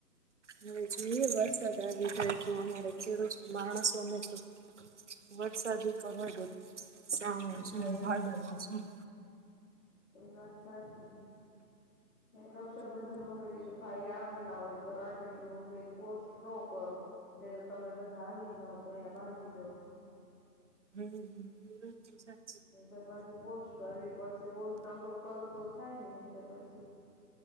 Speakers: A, on the right; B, on the left.
A: હવે જોઈએ વરસાદ આવી જાય તો અમારે ખેડૂત માણસોને તો. વરસાદ ઉપર વાગત શ શું
B: હા એ
A: ભાદરવો
B: વાત
A: શું.
B: એ વાત સાચી. રક્ષાબંધનમાં મે કીધું ભાઈ આવવાના હોય તો રાખડીનું મેં કીધું પોસ્ટ ન કરું. તો તમે બધા આવી જાવ તો અહીયા બાંધી દવ.
A: હમ. જી સર.
B: નહીંતર પછી પોસ્ટ કરવી પડશે પોસ્ટ અગાઉ કરું તો થાય ને નહીતર પછી.